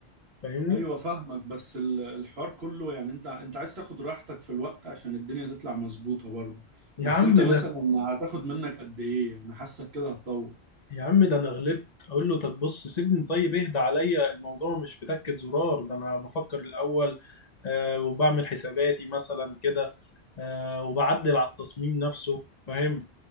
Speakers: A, on the left (about 45°); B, on the right (about 65°).
A: فاهمني
B: ايوه فاهمك بس ال- الحوار كله يعني انت انت عايز تاخد راحتك في الوقت عشان الدنيا تطلع مظبوطه برضه
A: يا
B: بس
A: عم
B: انت مثلا
A: ده
B: هتاخد منك قد ايه انا حاسك كده هتطول
A: يا عم ده انا غلبت اقول له طب بص سيبني طيب اهدى عليا الموضوع مش بتكة زرار ده انا بفكر الاول آه وبعمل حساباتي مثلا كده آه وبعدل على التصميم نفسه فاهم